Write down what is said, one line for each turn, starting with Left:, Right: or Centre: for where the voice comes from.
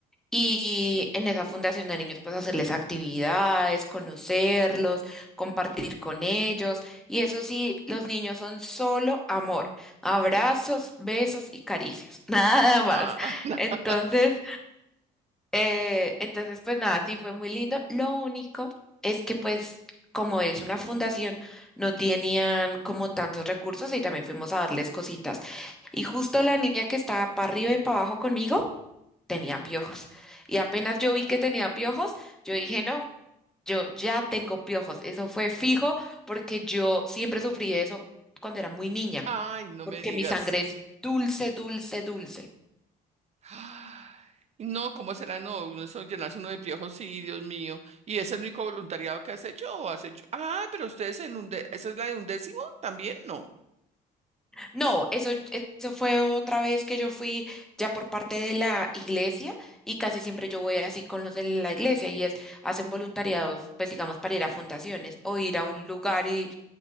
Centre: y en esa fundación de niños pues hacerles actividades, conocerlos, compartir con ellos y eso sí, los niños son solo amor, abrazos, besos y caricias, <laughs> nada
Right: Ah,
Centre: más.
Right: <laughs>
Centre: Entonces,
Right: na-
Centre: Eh, entonces, pues nada, sí fue muy lindo. Lo único es que pues como es una fundación, no tenían como tantos recursos y también fuimos a darles cositas. Y justo la niña que estaba para arriba y para abajo conmigo tenía piojos. Y apenas yo vi que tenía piojos, yo dije, no, yo ya tengo piojos. Eso fue fijo porque yo siempre sufrí de eso cuando era muy niña,
Right: Ay, no
Centre: porque
Right: me digas.
Centre: mi sangre es dulce, dulce, dulce.
Right: Ay, No, ¿cómo será? No, uno eso llenarse uno de piojos, sí, Dios mío. ¿Y ese es el único voluntariado que has hecho o has hecho? Ah, pero ustedes en un de- ¿esa es la de undécimo? ¿También? No.
Centre: No, eso, eso fue otra vez que yo fui ya por parte de la iglesia y casi siempre yo voy así con los de la iglesia y es, hacen voluntariados, pues digamos, para ir a fundaciones o ir a un lugar y